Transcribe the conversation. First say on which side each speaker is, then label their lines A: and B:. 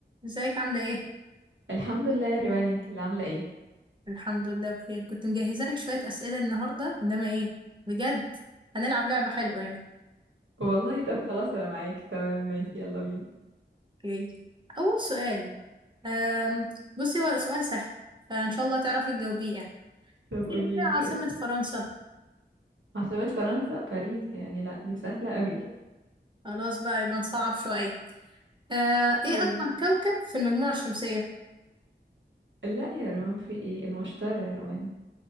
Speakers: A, on the right; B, on the right.
A: ازيك عاملة ايه؟
B: الحمد لله يا روان انت اللي عامله ايه
A: الحمد لله بخير كنت مجهزة لك شوية أسئلة النهاردة انما ايه بجد هنلعب لعبة حلوة يعني
B: والله طب خلاص انا معاكي تمام ماشي يلا بينا
A: اوكي أول سؤال أم... بصي هو سؤال سهل فإن شاء الله تعرفي تجاوبيه يعني
B: طب قولي
A: ايه
B: لي
A: هي
B: كده
A: عاصمة فرنسا؟
B: عاصمة فرنسا باريس يعني لا دي سهله قوي
A: خلاص بقى يبقى نصعب شوية أه... ايه
B: ماشي
A: أكبر كوكب في المجموعة الشمسية؟
B: لا يا روان في ايه المشترى يا روان